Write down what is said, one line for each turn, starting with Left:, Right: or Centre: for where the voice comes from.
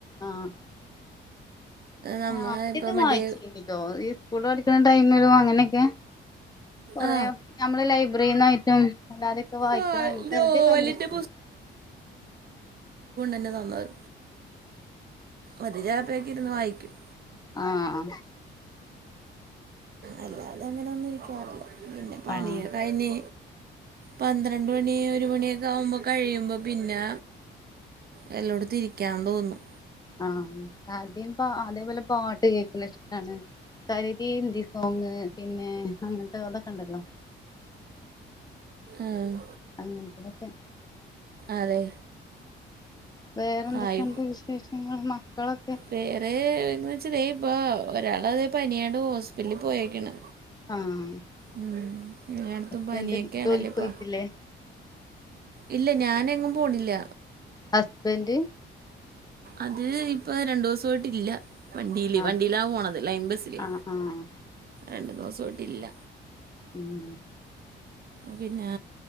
Left: ആഹ്
Right: നമ്മ
Left: ആദ്യൊക്കെ
Right: ഇപ്പം മറ്റേ
Left: വായിച്ചിട്ടോ ഈ സ്കൂൾ <unintelligible> ട്ക്കണ ടൈമിലും അങ്ങനെ- ക്കെ കൊറേ
Right: ആ
Left: നമ്മള് ലൈബ്രറിന്നായിട്ടും അല്ലാതെയൊക്കെ വായിക്കണ
Right: ആ,
Left: ആദ്യൊക്കെ
Right: നോവലിൻ്റെ
Left: ഭയങ്കര ഇഷ്ടാണ്-
Right: പിന്നെ വന്നര് അത് ചിലപ്പൊക്കെ ഇരുന്ന് വായിക്കും
Left: ആഹ്
Right: അല്ലാതെ അങ്ങനൊന്നും ഇരിക്കാറില്ല പിന്നെ പണിയാ
Left: ആഹ്
Right: കൈഞ്ഞി പന്ത്രണ്ട് മണി ഒരു മണിയൊക്കെ ആകുമ്പോ കഴിയുമ്പോ പിന്നെ വെല്ലോട്ത്തും ഇരിക്കാൻ തോന്നും
Left: ആഹ് ആദ്യം പ അതേപോലെ പാ ട്ട് കേക്കണ ഇഷ്ടാണ് കാര്യായിട്ട് ഈ ഹിന്ദി സോങ് പിന്നെ അങ്ങ അതൊക്കെ ഇണ്ടല്ലോ
Right: ആഹ്
Left: അങ്ങൻത്തതൊക്കെ
Right: അതെ
Left: വേറെന്തൊക്കെയുണ്ട്
Right: ആയ്
Left: വിശേഷങ്ങൾ മക്കളൊക്കെ
Right: വേറെ ന്ന് വെച്ച പ്പൊ ഒരാള് ദേ പനിയായോണ്ട് ഹോസ്പിറ്റലിൽ പോയേക്കാണ്
Left: ആഹ്
Right: ഉം എല്ലട്ത്തും
Left: ഹസ്ബൻഡ്
Right: പനിയൊക്കെയാണല്ലേ
Left: ജോലിക്ക്
Right: ഇപ്പ
Left: പോയിട്ടില്ലേ
Right: ഇല്ല ഞാനെങ്ങും പോണില്ല
Left: ഹസ്ബന്റ്
Right: അത് ഇപ്പൊ രണ്ടു ദിവസയിട്ല്ല വണ്ടിയില്
Left: ആഹ്
Right: വണ്ടിയിലാ പോണത് ലൈൻ ബസില്
Left: ആഹ് ആഹ്
Right: രണ്ടു ദിവസവായിട്ടില്ല
Left: ഉം
Right: പിന്നെ